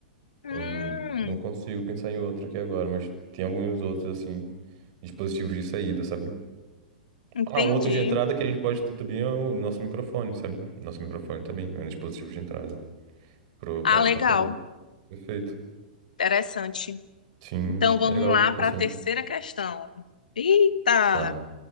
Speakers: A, on the left (about 75°); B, on the right (about 50°).
A: Hum,
B: Hum, não consigo pensar em outro aqui agora, mas tem alguns outros, assim, dispositivos de saída, sabe?
A: entendi.
B: Ah, um outro de entrada que a gente pode ter também é o nosso microfone, sabe? Nosso microfone também é um dispositivo de entrada pro, pro
A: Ah,
B: nosso
A: legal.
B: computador. Perfeito.
A: Interessante.
B: Sim,
A: Então vamos
B: é legal
A: lá
B: a computação.
A: para a terceira questão. Eita!
B: Tá.